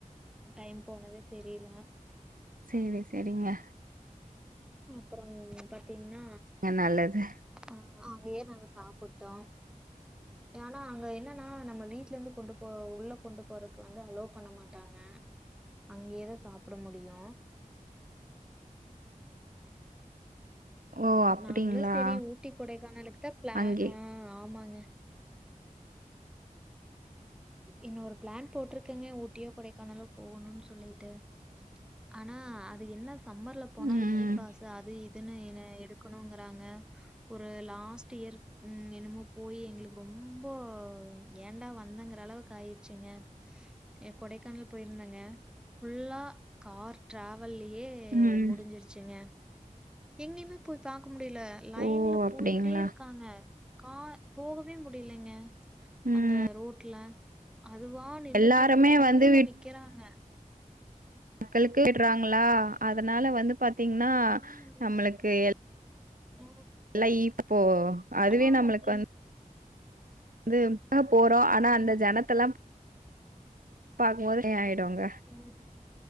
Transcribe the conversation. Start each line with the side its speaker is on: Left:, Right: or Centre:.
Centre: டைம் போனதே தெரில
Right: சேரி செரிங்க
Centre: அப்புறோ பாத்தீங்ன்னா
Right: நல்லது
Centre: ஆ அங்கயே நாங்க சாப்புட்டோ ஏனா அங்க என்னென்னா நம்ம வீட்லெந்து கொண்டு போ உள்ள கொண்டு போறக்கு வந்து அலோ பண்ண மாட்டாங்க அங்கேதா சாப்புட முடியு
Right: ஓ அப்டிங்களா
Centre: நாங்களு செரி ஊட்டி கொடைக்கானலுக்கு தா ப்ளா
Right: அங்கே
Centre: ஆ ஆமாங்க இன்னோரு ப்ளான் போட்ருக்கங்க ஊட்டியோ கொடைக்கானலோ போகணுன் சொல்லிட்டு ஆனா அது என்ன சம்மர்ல போனா
Right: ம்
Centre: ஈ பாஸு அது இ துனு இன்னு எடுக்கணுங்குறாங்க ஒரு லாஸ்ட் இயர் ம் என்னமோ போய் எங்களுக்கு ரொம்போ ஏண்டா வந்தங்க ற அளவுக்கு ஆயிர்ச்சுங்க எ கொடைக்கானல் போயிருந்தங்க ஃபுல்லா கார் ட்ராவெல்லியே எ
Right: ம்
Centre: முடிஞ்சிருச்சுங்க எங்கியுமே போய் பாக்க முடியல லைன்ல
Right: ஓ அப்டிங்களா
Centre: போயிட்டே இருக்காங்க கா போகவே முடிலைங்க
Right: ம்
Centre: அந்த ரோட்ல அதுவா நின்னுட்டுருக்குது
Right: எல்லாருமே
Centre: க்யூல
Right: வந்து
Centre: நிக்கிறாங்க
Right: க்களுக்கு கேட்டுறாங்களா அதனால வந்து பாத்தீங்கன்னா
Centre: ஆமாங்க.
Right: நம்மளுக்கு எல்
Centre: ஆ,
Right: லை இப்போ அதுவே
Centre: ஆமாங்க.
Right: நம்பளுக்கு வந் து போறோ ஆனா அந்த
Centre: ம்.
Right: ஜனத்தல்லா பாக்குமோது ஹ ஆயிடுங்க
Centre: <unintelligible>